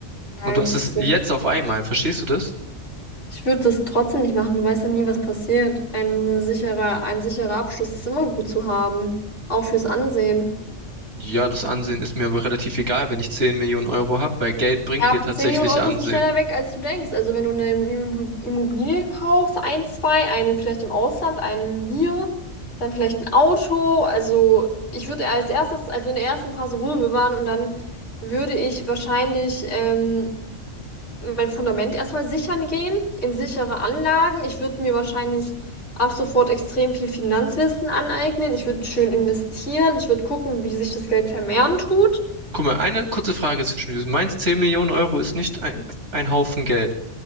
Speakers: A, on the left; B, on the right.
A: Nein,
B: Und du hast
A: es-
B: es jetzt auf einmal, verstehst du das?
A: ich würde das trotzdem nicht machen. Du weißt ja nie, was passiert. Ein sicherer, ein sicherer Abschluss ist immer gut zu haben. Auch fürs Ansehen.
B: Ja, das Ansehen ist mir aber relativ egal, wenn ich 10 Millionen Euro habe, weil Geld bringt
A: Ja,
B: dir tatsächlich
A: 10 Millionen Euro
B: Ansehen.
A: sind schneller weg, als du denkst. Also wenn du eine Immo- Immobilie kaufst, ein, zwei, einen vielleicht im Ausland, einen hier, dann vielleicht ein Auto. Also ich würde als erstes, also in der ersten Phase Ruhe bewahren und dann würde ich wahrscheinlich ähm, mein Fundament erstmal sichern gehen, in sichere Anlagen. Ich würde mir wahrscheinlich ab sofort extrem viel Finanzwissen aneignen. Ich würde schön investieren. Ich würde gucken, wie sich das Geld vermehren tut.
B: Guck mal, eine kurze Frage zwischen. diesen. Meinst 10 Millionen Euro ist nicht ein, ein Haufen Geld.